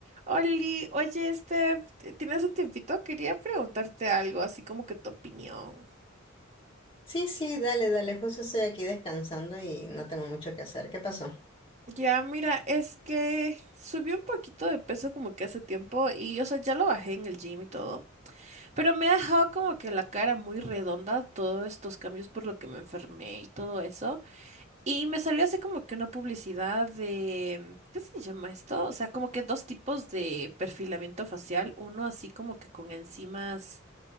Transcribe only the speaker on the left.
Sí, sí, dale, dale, justo estoy aquí descansando y no tengo mucho que hacer. ¿Qué pasó?